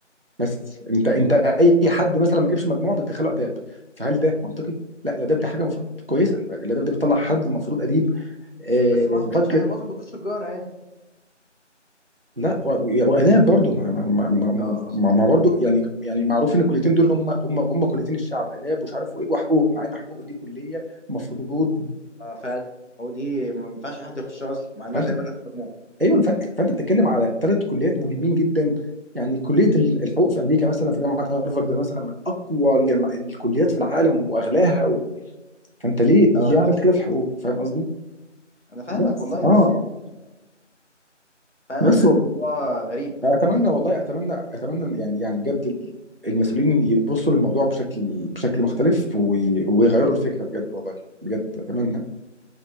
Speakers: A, on the right; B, on the left.
A: بس انت انت اي حد مثلا ما جابش مجموع بتدخله اداب فهل ده منطقي؟ لا الاداب دي حاجه المفروض كويسه الاداب دي بتطلع حد المفروض اديب آه،
B: بس ما اعتقدش
A: مفكر
B: يعني معظم بيخش تجاره يعني
A: لا و- و- واداب برضو ما ما ما ما, ما
B: اه اه
A: ما- ما برضو يعني يعني معروف ان الكليتين دول هم هم هم كليتين الشعب اداب ومش عارف وايه وحقوق مع ان حقوق دي كليه مفروض
B: اه فعلا هو دي ما ينفعش حد يخشها اصلا مع انها
A: فانت
B: تقريبا ألف مجموعه
A: ايوه فانت فانت بتتكلم على ثلاث كليات مهمين جدا يعني كليه ال- الحقوق في امريكا مثلا في جامعه هارفارد ده مثلا من اقوى الجامع- الكليات في العالم واغلاها و... فانت ليه ليه
B: اه
A: عملت كده في الحقوق فاهم قصدي؟
B: انا فاهمك
A: بس
B: والله
A: اه
B: بس يعني فعلا
A: بس والله
B: الموضوع غريب
A: اتمنى والله اتمنى اتمنى يعني يعني بجد ال- المسؤولين يبصوا للموضوع بشكل بشكل مختلف وي- ويغيروا الفكره بجد والله بجد اتمنى